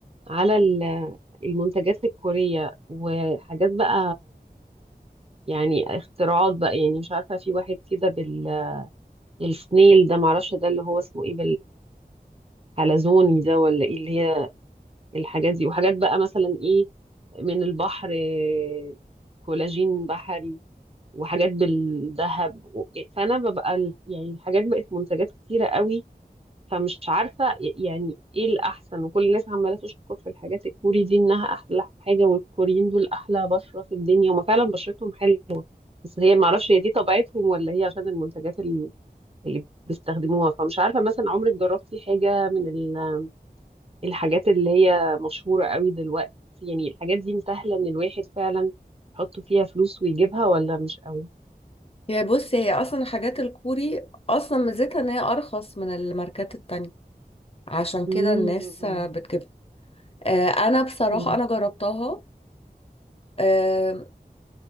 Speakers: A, on the right; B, on the left.
A: على ال- المنتجات الكورية وحاجات بقى يعني اختراعات بقى يعني مش عارفة في واحد كده بال- بالسنيل ده معرفش ده اللي هو اسمه ايه بالحلزوني ده ولا ايه اللي هي الحاجات دي وحاجات بقى مثلا ايه من البحر آه، كولاجين بحري وحاجات بالذهب و- فانا ببقى ال- يعني الحاجات بقت منتجات كتيرة قوي فمش عارفة يعني ايه الأحسن وكل الناس عمالة تشكر في الحاجات الكوري دي إنها أحلى حاجة والكوريين دول أحلى بشرة في الدنيا هما فعلا بشرتهم حلوة بس هي معرفش هي دي طبيعتهم ولا هي عشان المنتجات اللي, اللي بيستخدموها فمش عارفة مثلا عمرك جربتي حاجة من ال- الحاجات اللي هي مشهورة قوي دلوقتي يعني الحاجات دي سهلة إن الواحد فعلا يحط فيها فلوس ويجيبها ولا مش قوي؟
B: هي بص هي اصلا حاجات الكوري اصلا ميزتها ان هي ارخص من الماركات التانية عشان
A: مم.
B: كده الناس آه، بتجيبها آه، انا بصراحة
A: مم.
B: انا جربتها آه،